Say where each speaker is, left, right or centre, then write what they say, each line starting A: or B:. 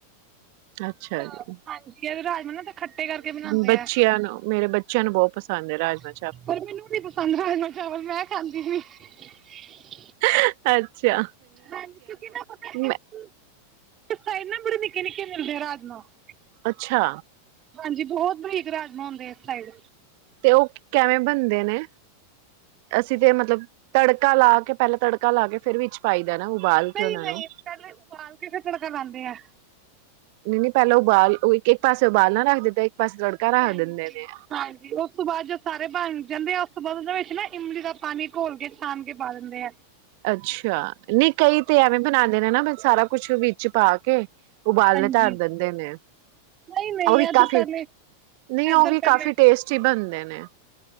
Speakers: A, on the right; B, on the right.
A: <unintelligible>
B: ਹਾਂਜੀ ਰਾਜਮਾਂ ਨਾ ਤਾਂ ਖੱਟੇ ਕਰਕੇ ਬਣਾਉਂਦੇ
A: ਬੱਚਿਆਂ
B: ਆ
A: ਨੂੰ ਬਹੁਤ ਪਸੰਦ ਹੈ ਰਾਜਮਾ
B: <unintelligible> <unintelligible>
A: <unintelligible> ਅੱਛਾ
B: ਹਾਂਜੀ ਕਿਉਂਕਿ ਨਾ ਪਤਾ ਇਸ
A: <unintelligible>
B: <unintelligible>
A: ਅੱਛਾ
B: ਹਾਂਜੀ ਬਹੁਤ ਬਰੀਕ ਰਾਜਮ ਹੁੰਦੇ ਇਸ ਸਾਈਡ
A: ਤੇ ਉਹ ਕੈਂਵੇ ਬਣਦੇ ਨੇ ਅਸੀਂ ਤੇ ਮਤਲਬ ਤੜਕਾ ਲਾ ਕੇ ਪਹਿਲੇ ਤੜਕਾ ਲਾ ਕੇ ਫਿਰ ਵਿੱਚ ਪਾਈ <unintelligible> ਨਾ ਉਬਾਲ
B: ਨਹੀਂ
A: ਕੇ ਉਹਨਾਂ
B: ਨਹੀਂ
A: ਨੂੰ
B: ਪਹਿਲੇ ਉਬਾਲ ਕੇ ਫਿਰ ਤੜਕਾ ਲਾਉਂਦੇ ਆ
A: ਨਹੀਂ ਨਹੀਂ ਪਹਿਲਾਂ ਉਬਾਲ ਲੋ ਇੱਕ ਇੱਕ ਪਾਸੇ ਉਬਾਲਨਾ ਰੱਖ ਦਿੱਤਾ
B: <unintelligible>
A: ਪਾਸੇ ਤੜਕਾ ਰੱਖ ਦਿੰਦੇ ਨੇ
B: ਹਾਂਜੀ ਉਸ ਤੋਂ ਬਾਅਦ ਜੋ ਸਾਰੇ ਬਣ ਜਾਂਦੇ ਆ <unintelligible> ਇਮਲੀ ਦਾ ਪਾਣੀ ਘੋਲ ਕੇ ਛਾਾਨ ਕੇ ਪਾ ਦਿੰਦੇ ਆ
A: ਅੱਛਾ ਨਹੀ ਕਈ ਤੇ ਐਵੇਂ ਬਣਾਂਦੇ ਨੇ ਨਾ ਸਾਰਾ ਕੁਛ ਵਿੱਚ ਪਾ ਕੇ ਉਬਾਲਣੇ
B: ਹਾਂਜੀ
A: ਧਰ ਦਿੰਦੇ ਨੇ
B: ਨਹੀਂ ਨਹੀਂ
A: ਉਹ ਵੀ
B: ਇਧਰ
A: ਕਾਫੀ
B: ਪਹਿਲੇ
A: ਨਹੀਂ
B: ਇਧਰ
A: ਉਹ ਵੀ
B: ਪਹਿਲੇ
A: ਕਾਫੀ ਟੇਸਟੀ ਬਣਦੇ ਨੇ